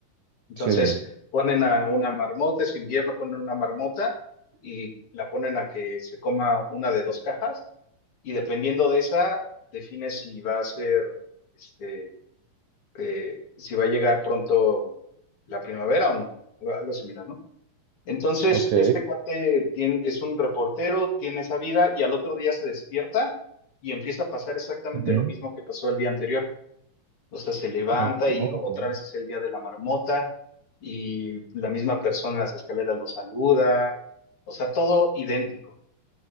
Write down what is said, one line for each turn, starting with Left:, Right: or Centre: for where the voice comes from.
Left: Entonces
Right: Sí,
Left: ponen a una marmota, es invierno, ponen una marmota y la ponen a que se coma una de dos cajas y dependiendo de esa, define si va a ser, este, eh, si va a llegar pronto la primavera o no, algo algo similar, ¿no? Entonces,
Right: ok.
Left: este cuate tien- es un reportero, tiene esa vida y al otro día se despierta y empieza a pasar exactamente
Right: ujú,
Left: lo mismo que pasó el día anterior. O sea, se levanta
Right: ok,
Left: y
Right: oh,
Left: otra vez es el día de la marmota y la misma persona en las escaleras lo saluda. O sea, todo idéntico.